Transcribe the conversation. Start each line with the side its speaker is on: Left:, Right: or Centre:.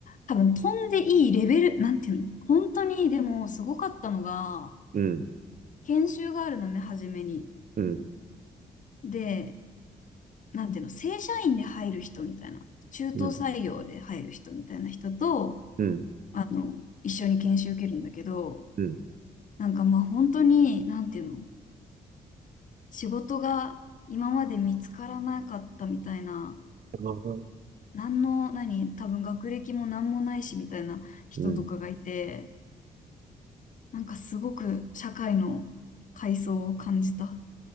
Left: 多分飛んでいいレベル、なんていうの本当にでもすごかったのが、
Right: うん。
Left: 研修があるのね、初めに。
Right: うん。
Left: で、なんていうの、正社員で入る人みたいな、中途採用で入る人みたいな人と、
Right: うん。うん。
Left: あの、一緒に研修受けるんだけど、
Right: うん。
Left: なんかまあ本当に、なんていうの、仕事が今まで見つからなかったみたいな、
Right: あー
Left: 何の、何、多分学歴も何もないしみたいな人とかがいて、
Right: うん。
Left: なんかすごく社会の階層を感じた。